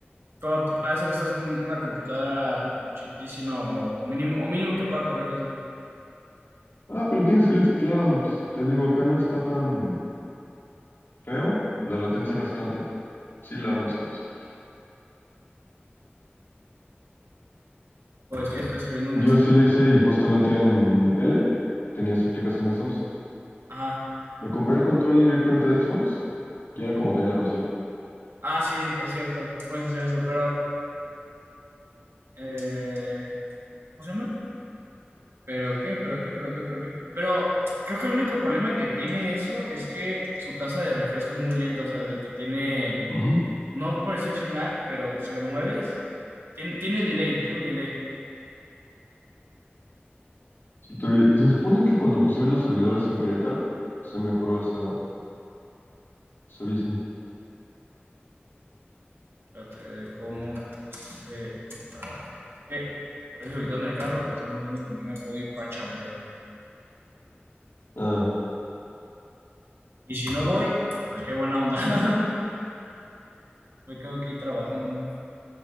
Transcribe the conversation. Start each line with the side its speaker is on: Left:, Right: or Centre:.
Right: pero para eso necesitas un- una computadora chetísima o, o mínimo, o mínimo que pueda correr cosas.
Left: Ah, pero tienes el xCloud. Te digo, acá no está tan feo, la latencia no es tanta. Sí la armas con eso.
Right: Pues es que estoy escribiendo un
Left: Yo
Right: mensaje.
Left: sí la hice y justamente en mi tele tenía esa aplicación de Samsung.
Right: Ajá.
Left: Me compré el control directamente de Xbox y era como tener la consola.
Right: Ah, sí, es cierto, puedes hacer eso, pero, eh, ¿cómo se llama? ¿Pero qué? ¿Pero qué? ¿Pero qué? ¿Pero qué? Pero creo que el único problema que tiene eso es que su tasa de refresco es muy lenta, o sea, de que tiene
Left: Ujú.
Right: No me pareció así lag, pero si lo mueves, tiene, tiene delay, tiene un delay.
Left: Entonces, se supone que cuando pusieron los servidores en Querétaro, se mejoró esa, ese business.
Right: Espérate, ¿cómo se...? para? Es que, es que me quitaron el carro, pues estamos viendo con quién me puedo ir para chambear.
Left: Ah,
Right: Y si no voy, pues qué buena onda. <laughs> Me quedo aquí trabajando.